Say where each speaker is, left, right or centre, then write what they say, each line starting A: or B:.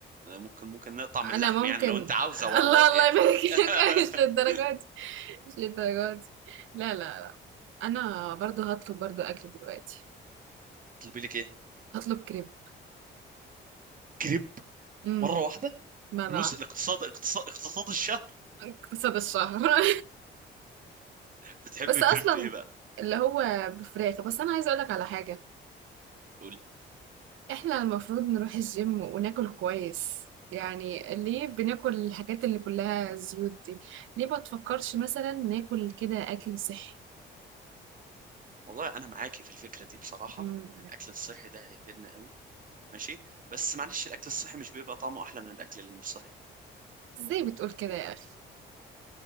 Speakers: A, on the right; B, on the right.
A: آه، ممكن ممكن نقطع من
B: انا
A: اللحم
B: ممكن
A: يعني لو انت عاوزه
B: <laughs>
A: والله
B: الله الله
A: يعني
B: يبارك لك
A: <laughs>
B: <laughs> مش للدرجه دي مش للدرجه دي لا لا لا انا برضو هطلب برضو اكل دلوقتي
A: طلبي لك ايه
B: هطلب كريب
A: كريب
B: امم
A: مره واحده
B: مره
A: فلوس
B: واحده
A: الاقتصاد اقتصاد اقتصاد الشهر
B: <laughs> اقتصاد الشهر <laughs>
A: بتحب
B: بس
A: كريب
B: اصلا
A: ايه بقى
B: اللي هو بالفراخ بس انا عايزه اقولك على حاجه
A: قولي
B: احنا المفروض نروح الجيم وناكل كويس يعني ليه بناكل الحاجات اللي كلها زيوت دي ليه ما تفكرش مثلا ناكل كده اكل صحي
A: والله انا معاكي في الفكره دي بصراحه
B: مم.
A: ان الاكل الصحي ده هيفيدنا قوي ماشي بس معلش الاكل الصحي مش بيبقى طعمه احلى من الاكل اللي مش صحي
B: ازاي بتقول كده يا اخي